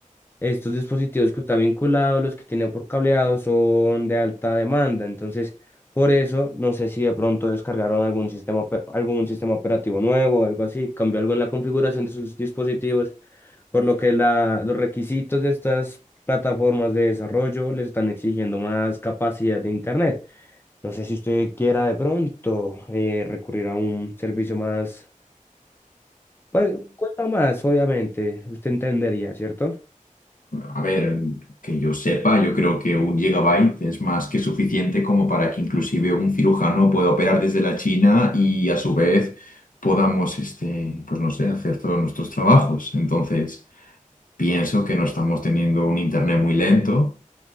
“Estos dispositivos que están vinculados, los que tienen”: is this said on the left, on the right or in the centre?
Left